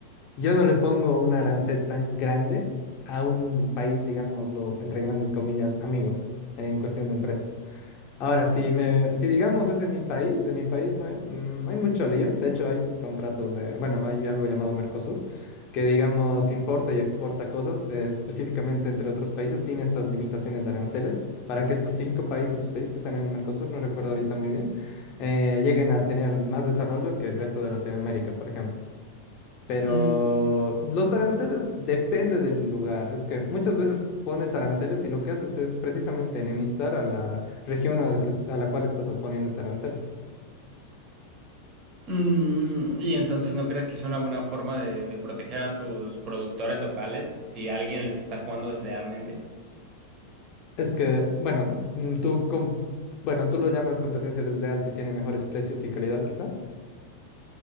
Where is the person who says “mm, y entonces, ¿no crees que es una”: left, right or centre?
Right